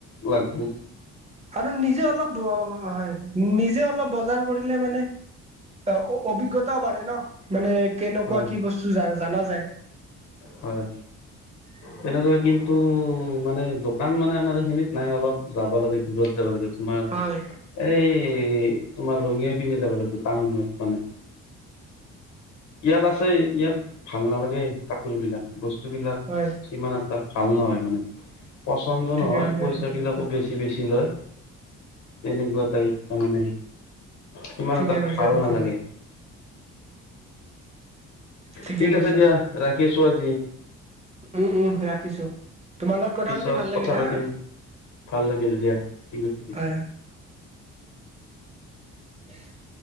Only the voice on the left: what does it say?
লাগিব।
হয়
হয়, হয়।
তেনেকৈ কিন্তু মানে দোকান মানে আমাৰ এইখিনিত নাই অলপ যাব লাগে দূৰত। যাব লাগে তোমাৰ,
এই তোমাৰ ৰঙীয়া পিনে যাব লাগিব টাউনত মানে। ইয়াত আছে, ইয়াত ভাল নালাগে কাপোৰ বিলাক, বস্তু বিলাক
সিমান এটা ভাল নহয়, মানে পচন্দ
নহয়,
পইচা
বিলাকো
বেছি। বেছি লয়। তেনেকুৱা টাইপ তাৰ মানে সিমান
এটা
ভাল
নালাগে।
ঠিক
আছে দিয়া, ৰাখিছো আজি।
পিছত
কথা
পাতিম ভাল লাগিল দিয়া ঠিক আছে দিয়া